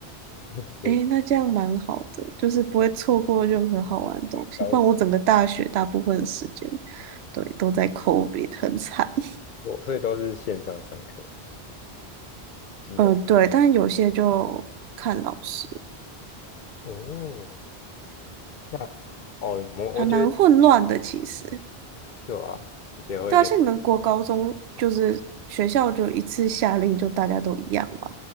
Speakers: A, on the left; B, on the right.
A: <laughs> 所以
B: 诶，那这样蛮好的，就是不会错过任何好玩的东西。
A: 高
B: 不然我整个大学大部分的时间，对，都在 COVID，很惨。<laughs>
A: 我所以都是线上上课，基本
B: 嗯，对，但有些就看老师。
A: 哦，那哦，我我觉得
B: 还蛮混乱的，其实。
A: 对吧？而且会人
B: 对啊，像你们国高中就是学校就一次下令就大家都一样嘛，